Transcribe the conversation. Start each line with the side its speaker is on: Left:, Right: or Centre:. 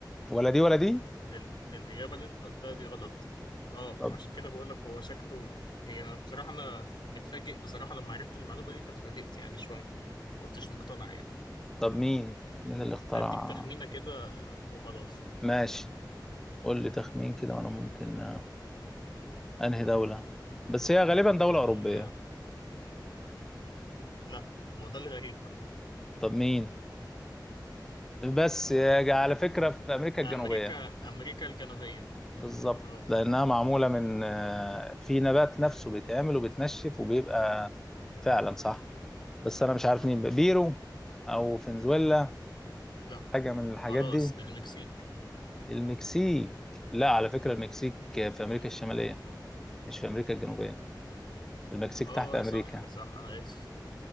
Centre: ولا دي ولا دي
Left: ال... الإجابة اللي أنت قلتها دي غلط أه
Centre: طب
Left: فعشان كده بقول لك هو شكله هي أنا بصراحة أنا متفاجئ بصراحة لما عرفت المعلومة دي فاتفاجئت يعني شوية ما كنتش مقتنع يعني
Centre: طب مين مين اللي اخترع
Left: هديك تخمينة كده وخلاص
Centre: ماشي قول لي تخمين كده وانا ممكن انهي دولة بس هي غالبا دولة
Left: ال...
Centre: أوروبية
Left: لا ما هو ده الغريب بقى
Centre: طب مين بس يا- على فكرة في أمريكا الجنوبية
Left: أمريكا أمريكا الجنوبية
Centre: بالظبط
Left: أه
Centre: لأنها معمولة من آه، في نبات نفسه بيتعمل وبيتنشف وبيبقى فعلا صح بس أنا مش عارف مين بقى. بيرو أو فنزويلا
Left: لا
Centre: حاجة من الحاجات
Left: خلاص
Centre: دي
Left: المكسيك
Centre: المكسيك لا على فكرة المكسيك في أمريكا
Left: مم.
Centre: الشمالية مش في أمريكا الجنوبية المكسيك
Left: أه
Centre: تحت أمريكا
Left: صح صح أنا آسف